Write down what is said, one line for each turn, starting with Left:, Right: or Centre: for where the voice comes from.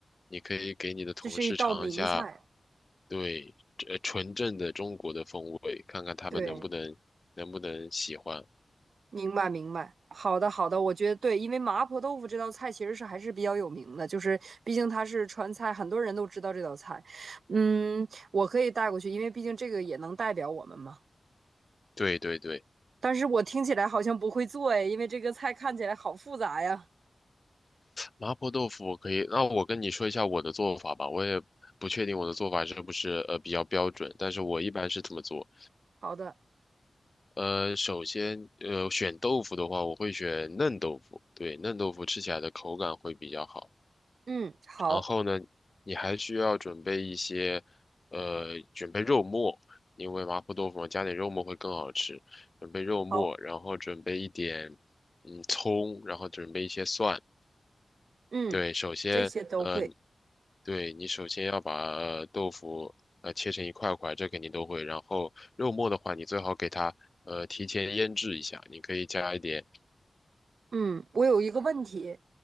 Left: 你可以给你的同事尝一下，
Right: <laughs> 这是一道名菜。
Left: 对，呃，纯正的中国的风味，看看他们能不能能不能喜欢。
Right: 对，明白明白。好的好的，我觉得对，因为麻婆豆腐这道菜其实是还是比较有名的，就是毕竟它是川菜，很多人都知道这道菜。嗯，我可以带过去，因为毕竟这个也能代表我们嘛。
Left: 对对对，
Right: 但是我听起来好像不会做哎，因为这个菜看起来好复杂呀。
Left: 麻婆豆腐我可以，那我跟你说一下我的做法吧，我也不确定我的做法是不是呃比较标准，但是我一般是这么做。
Right: 好的，
Left: 呃，首先，呃，选豆腐的话，我会选嫩豆腐。对，嫩豆腐吃起来的口感会比较好。
Right: 嗯，好，
Left: 然后呢，你还需要准备一些，呃，准备肉末，因为麻婆豆腐嘛加点肉末会更好吃。准备肉末，
Right: 好，
Left: 然后准备一点，嗯，葱，然后准备一些蒜，
Right: 嗯，
Left: 对，首先，
Right: 这些都会。
Left: 呃，对你首先要把呃豆腐呃切成一块块，这肯定都会。然后肉末的话，你最好给它呃提前腌制一下，你可以加一点，
Right: 嗯，我有一个问题。